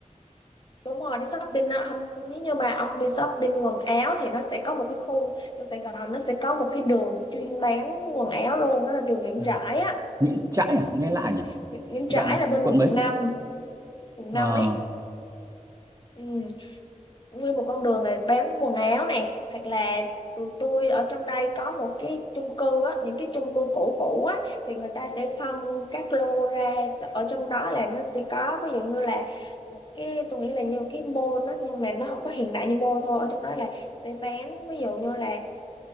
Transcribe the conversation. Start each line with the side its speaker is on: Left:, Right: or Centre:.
Left: đúng rồi đi shopping á không nếu như mà ông đi shopping quần áo thì nó sẽ có một cái khu trong Sài Gòn nó sẽ có một cái đường chuyên bán quần áo luôn đó là đường Nguyễn
Right: À.
Left: Trãi á
Right: Nguyễn Trãi à nghe lạ
Left: ừ.
Right: nhỉ
Left: Nguyễn
Right: đoạn
Left: Trãi
Right: nào
Left: là bên
Right: quận
Left: quận
Right: mấy
Left: năm cùng
Right: ờ
Left: năm ấy ừ. nguyên một con đường này bán quần áo này hoặc là tụi tôi ở trong đây có một cái chung cư á những cái chung cư cũ cũ á thì người ta sẽ phân các lô ra ở trong đó là nó sẽ có ví dụ như là một cái tôi nghĩ là như cái mall á nhưng mà nó không có hiện đại như mall thôi ở trong đó là sẽ bán ví dụ như là